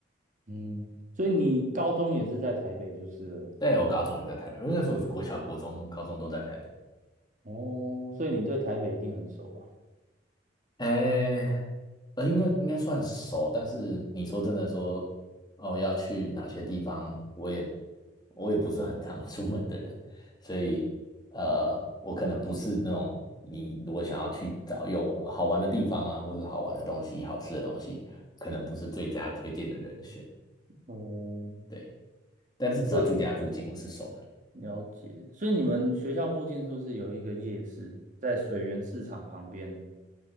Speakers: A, on the right; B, on the left.
A: 嗯，所以你高中也是在台北，就是了
B: 对，我高中也在台北，因为那时候国小、国中、高中都在台北。
A: 哦，所以你对台北一定很熟吧？
B: 哎，呃，应该应该算熟，但是你说真的说，哦，要去哪些地方，我也我也不是很常 <laughs> 出门的人，所以呃，我可能不是那种你如果想要去找有好玩的地方啊，或者好玩的东西、好吃的东西，我可能不是最佳推荐的人选。
A: 哦，
B: 对，但至少住家附近我是熟的。
A: 对，了解。所以你们学校附近是不是有一个夜市，在水源市场旁边？